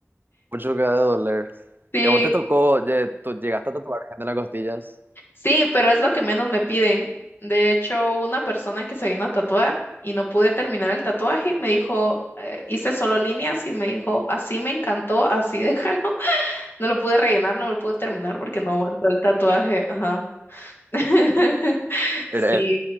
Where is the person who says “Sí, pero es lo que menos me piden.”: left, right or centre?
Left